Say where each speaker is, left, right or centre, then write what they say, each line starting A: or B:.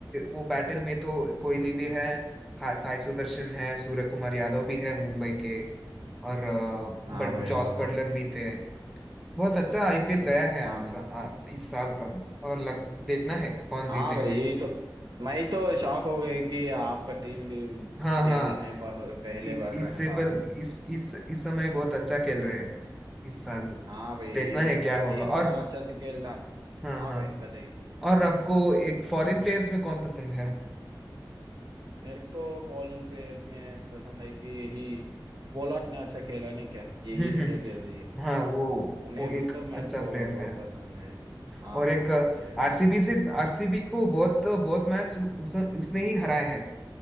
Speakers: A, in the centre; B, on the right.
A: वो बैटल में तो कोहली भी है हाँ साई सुदर्शन है सूर्य कुमार यादव भी है मुंबई के और अ,
B: हाँ
A: बट
B: भाई
A: जॉस
B: हाँ भाई
A: बटलर भी थे बहुत अच्छा आईपीएल गया है
B: हाँ
A: आज सा,
B: भाई
A: आ, इस साल का और लग, देखना है कौन जीतेंगे
B: हाँ भाई यही तो मैं तो शॉक हो गया कि आपका टीम भी
A: हाँ
B: टेबल
A: हाँ
B: में पह, पहले
A: इ-
B: बार
A: इससे
B: रहता
A: बल इस इस इस समय बहुत अच्छा खेल रहे हैं इस साल
B: हाँ भाई यही
A: देखना है क्या होगा
B: यही
A: और
B: साल अच्छा से खेलता
A: हाँ
B: हाँ
A: हाँ
B: भाई
A: हाँ।
B: बताइए
A: और आपको एक फॉरेन प्लेयर्स में कौन पसंद है
B: मेरे को तो फॉरेन प्लेयर्स में पसंद है कि यही पोलार्ड ने अच्छा खेला नहीं क्या यही
A: हम्म
B: रिटेल
A: हम्म
B: दे दी है
A: हाँ वो
B: उन्हें
A: वो
B: बोल
A: एक
B: तो मेरे
A: अच्छा
B: को
A: प्लेयर
B: बहुत
A: है
B: पसंद है हाँ
A: और एक
B: भाई उन्हें ही
A: आरसीबी
B: अच्छा
A: से आरसीबी को बहुत बहुत मैच उस, उसने ही हराया है